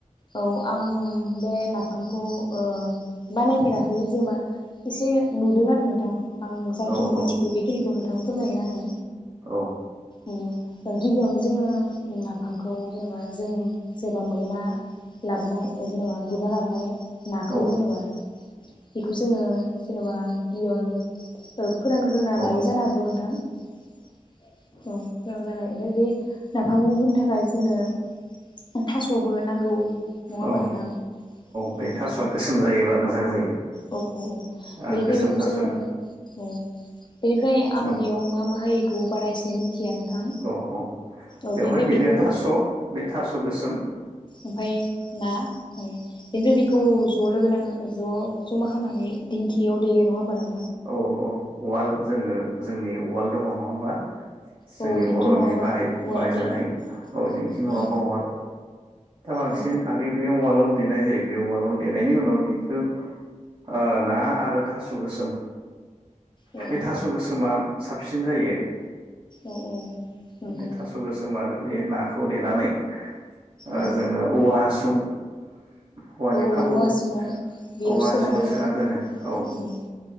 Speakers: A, on the left (about 35°); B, on the right (about 45°).
A: औ आं बे नाफामखौ ओ बानायफेराखै जेबा एसे नुदों आरो नोंथां आं जायखिनि
B: औ
A: मिथिगौ
B: औ
A: बेखिनि खौ नोंथांनो फोरमायगोन आङो
B: औ
A: उम गिबियावनो जोङो नाफ फामखौ जेनेबा जों सोरबा मोना लाबनाय जेनेबा गुरना लाबनाय नाखौ
B: औ
A: जेनेबा बेखौ जोङो जेन'बा गिबियावनो ओ फोरानग्रोना
B: औ
A: लायो जानो हागौ नोंथां औ फोरानग्रा लायो ओमफाय बे <unintelligible> फाय जोङो अ थास' खौबो नांगौ नङा होमबा
B: औ
A: नोंथां औ
B: बे
A: थास'
B: थास'आ
A: औ
B: गोसोम जायोबा मोजां जायो
A: औ औ
B: ओ
A: बेनिफ्राय
B: गोसोम
A: बेखौ
B: थास'नि
A: जोङो औ बेनिफ्राय आं
B: औ
A: बेयाव मा मा होयो इखौ बारा एसे मिथिया नोंथां
B: औ औ
A: औ
B: बेवहाय
A: बेबायदि
B: बेनो
A: औ
B: थास' बे थास' गोसोम
A: ओमफाय ना औ बेनिफ्राय बेखौ ज' लोगो नाङो ज' ज'मा खालामनानै दिंखियाव देयो नङा होमबा नों
B: औ औ उवाल जोङो जोंनि उवाल दङ नङा होमबा जोंनि
A: औ दिंखि
B: बर'नि
A: नङाबा
B: बाहाय
A: उवालाव
B: बाहायजानाय
A: देयो
B: औ दिन्थि नङाबा
A: औ
B: उवाल दा बांसिन
A: औ
B: बागै बे उवालावनो देनाय जायो बे उवालाव देनायनि उनाव बेखौ ओ ना आरो थास' गोसोम
A: औ
B: बे
A: औ
B: थास' गोसोमा साबसिन जायो
A: औ औ नंगौ
B: बे थास' गोसोम आरो बे नाखौ देनानै ओ
A: औ औ औ
B: जोङो औवा हासुं औवानि फाबु
A: औवा हासुंङाव बेयाव
B: औवा हासुङाव
A: सोना दोनो
B: औ
A: उ उ